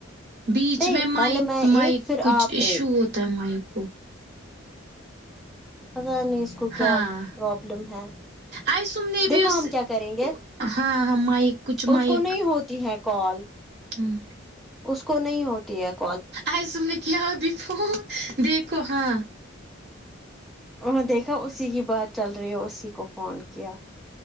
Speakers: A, on the right (about 55°); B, in the centre.
A: بیچ
B: نہیں
A: میں مائک
B: پہلے میں ایک
A: مائک
B: پھر
A: کچھ
B: آپ
A: ایشو
B: ایک
A: ہوتا ہے مائک کو
B: پتا نہیں اس کو کیا
A: ہاں
B: پرابلم ہے
A: آج تم نے بھی
B: دیکھو
A: اس
B: ہم کیا کریں گے
A: ہاں ہاں مائک کچھ مائک
B: اس کو نہیں ہوتی ہے کال
A: ہاں
B: اس کو نہیں ہوتی ہے اب
A: آج تم نے کیا ابھی فون دیکھو ہاں
B: انہیں دیکھا اسی کی بات چل رہی ہے اسی کو فون کیا